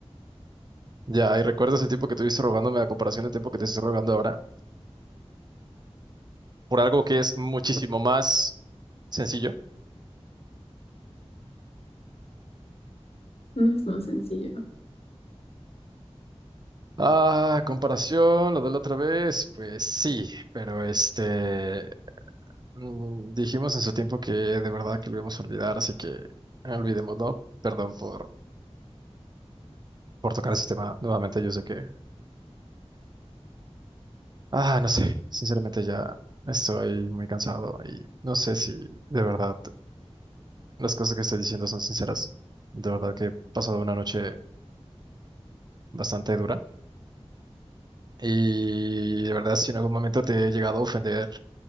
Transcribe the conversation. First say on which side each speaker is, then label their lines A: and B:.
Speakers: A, on the right; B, on the left.
A: Ya, y recuerdas el tiempo que tuviste rogándome a comparación del tiempo que te estoy rogando ahora, por algo que es muchísimo más sencillo.
B: No es tan sencillo.
A: Ah, comparación, lo de la otra vez, pues sí, pero este, mm, dijimos en su tiempo que de verdad que lo íbamos a olvidar, así que olvidémoslo. Perdón por, por tocar ese tema nuevamente. Yo sé que, ah, no sé, sinceramente ya estoy muy cansado y no sé si de verdad las cosas que estoy diciendo son sinceras. De verdad que he pasado una noche bastante dura y de verdad si en algún momento te he llegado a ofender